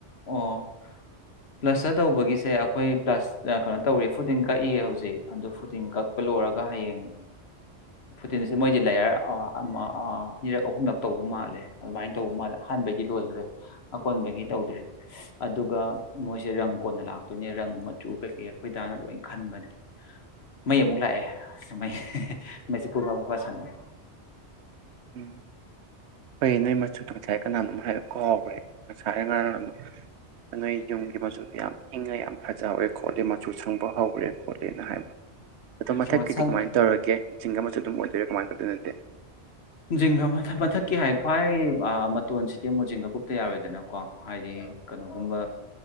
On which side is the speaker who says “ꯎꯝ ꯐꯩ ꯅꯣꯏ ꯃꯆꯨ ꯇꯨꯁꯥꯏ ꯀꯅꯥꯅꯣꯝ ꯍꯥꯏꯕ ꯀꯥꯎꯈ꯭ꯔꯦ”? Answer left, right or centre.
Right